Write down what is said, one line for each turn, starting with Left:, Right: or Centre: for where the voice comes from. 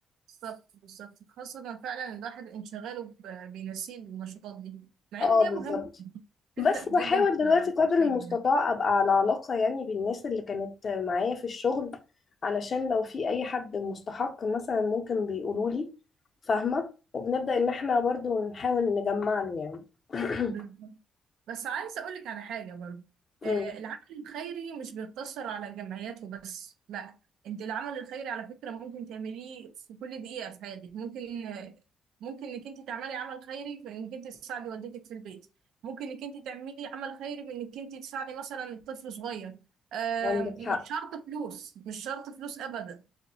Right: بالظبط بالظبط خاصة فعلا الواحد انشغاله ب- بينسيه النشاطات دي مع
Left: اه
Right: ان هي
Left: بالظبط
Right: مهمة بتفرق
Left: بس بحاول
Right: جدا في
Left: دلوقتي قدر
Right: في الشخصية
Left: المستطاع ابقى على علاقة يعني بالناس اللي كانت معايا في الشغل علشان لو في اي حد مستحق مثلا ممكن بيقولوا لي فاهمة وبنبدأ ان احنا برضو نحاول نجمع له يعني <clears throat>
Right: يعني بس عايزة أقولك على حاجة برضه آه،
Left: أمم،
Right: العمل الخيري مش بيقتصر على الجمعيات وبس لا انت العمل الخيري على فكرة ممكن تعمليه في كل دقيقة في حياتك ممكن آه، ممكن انك انت تعملي عمل خيري في انك انت تساعدي والدتك في البيت ممكن انك انت تعملي عمل خيري بانك انت تساعدي مثلا طفل صغير آه،
Left: عندك
Right: مش
Left: حق
Right: شرط فلوس مش شرط فلوس ابدا